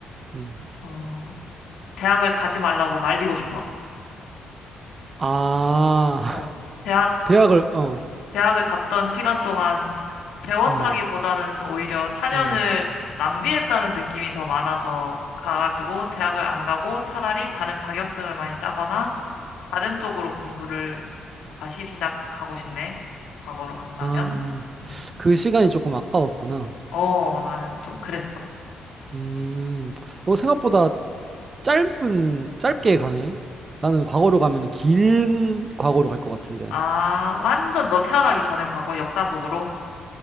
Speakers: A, on the right; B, on the left.
A: 음.
B: 어, 대학을 가지 말라고 말리고 싶어.
A: 아,
B: 어, 대학,
A: <laughs> 대학을 어,
B: 대학을 갔던 시간 동안 배웠다기보다는
A: 음,
B: 오히려 4년을
A: 음.
B: 낭비했다는 느낌이 더 많아서 가가지고 대학을 안 가고 차라리 다른 자격증을 많이 따거나 다른 쪽으로 공부를 다시 시작하고 싶네. 과거로 간다면.
A: 아,
B: 음.
A: 그 시간이 조금 아까웠구나.
B: 어, 나는 좀 그랬어.
A: 음, 어, 생각보다 짧은, 짧게 가네. 나는 과거로 가면 긴 과거로 갈 것 같은데.
B: 아, 완전 너 태어나기 전에 과거 역사 속으로?